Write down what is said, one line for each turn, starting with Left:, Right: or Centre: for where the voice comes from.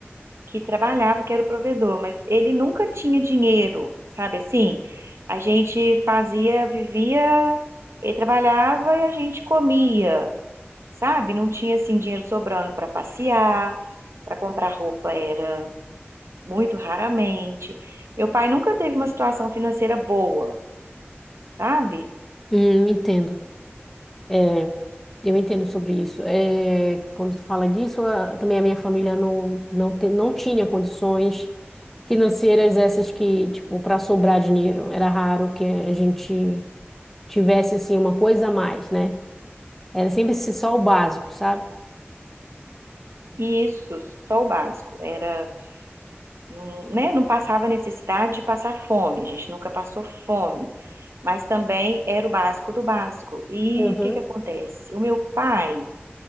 Right: que trabalhava, que era o provedor, mas ele nunca tinha dinheiro, sabe assim? A gente fazia, vivia, ele trabalhava e a gente comia, sabe? Não tinha assim dinheiro sobrando para passear, para comprar roupa era muito raramente. Meu pai nunca teve uma situação financeira boa, sabe?
Centre: Hum, entendo. É, eu entendo sobre isso. É, quando se fala disso, a- também a minha família não, não, te- não tinha condições financeiras essas que, tipo, para sobrar dinheiro. Era raro que a gente tivesse, assim, uma coisa a mais, né? Era sempre esse- só o básico, sabe?
Right: E Isso, só o básico. Era, não, né, não passava necessidade de passar fome, a gente nunca passou fome, mas também era o básico do básico. E
Centre: Uhum.
Right: o que que acontece? O meu pai,